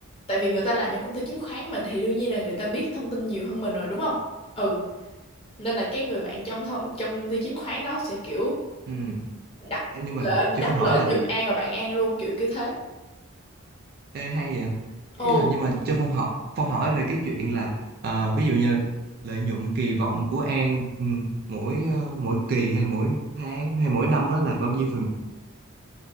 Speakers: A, on the left; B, on the right.
A: tại vì người ta làm trong công ty chứng khoán mà thì đương nhiên là người ta biết thông tin nhiều hơn mình rồi đúng không ừ nên là cái người bạn trong thông trong công ty chứng khoán đó sẽ kiểu
B: ừ
A: đặt
B: nhưng mà
A: lệnh
B: cho
A: đặt
B: Phong hỏi
A: lệnh
B: là
A: giùm An và bạn An luôn kiểu kiểu thế
B: Ê, hay vậy ý
A: ồ
B: là nhưng mà cho Phong hỏi Phong hỏi về cái chuyện là ờ, ví dụ như lợi nhuận kỳ vọng của An ừ, mỗi ờ, mỗi kỳ hay là mỗi tháng hay mỗi năm á là bao nhiêu phần